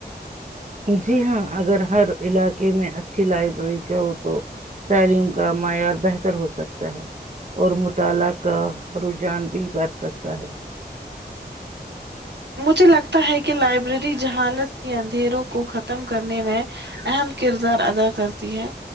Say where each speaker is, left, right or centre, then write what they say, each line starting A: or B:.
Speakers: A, on the right; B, on the right.
A: جی ہاں اگر ہر علاقے میں اچھی لائبریری کا ہو تو تعلیم کا معیار بہتر ہو سکتا ہے اور مطالعہ کا رجحان بھی بڑھ سکتا ہے
B: مجھے لگتا ہے کہ لائبریری جہانت کے اندھیروں کو ختم کرنے میں اہم کردار ادا کرتی ہے